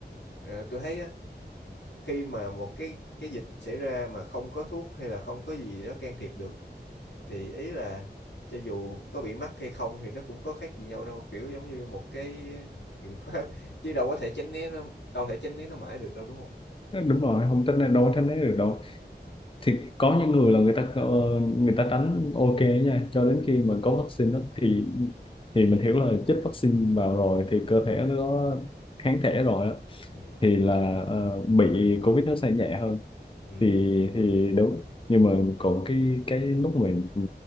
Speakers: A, on the left; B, on the left.
A: ờ, tôi thấy á, khi mà một cái cái dịch xảy ra mà không có thuốc hay là không có gì đó can thiệp được thì ý là cho dù có bị mắc hay không thì nó cũng có khác gì nhau đâu kiểu giống như một cái biện pháp <laughs> chứ đâu có thể tránh né nó, đâu thể tránh né nó mãi được đâu đúng không
B: Ờ, đúng rồi không tránh né- đâu tránh né được đâu thì có những người là người ta ờ, người ta tránh ok nha cho đến khi mà có vaccine đó thì thì mình hiểu là chích vaccine vào rồi thì cơ thể nó có kháng
A: ừ.
B: thể rồi á
A: Ừ.
B: thì là ờ, bị covid nó sẽ nhẹ hơn
A: Ừ.
B: thì thì đúng nhưng mà còn cái cái lúc mà ừ,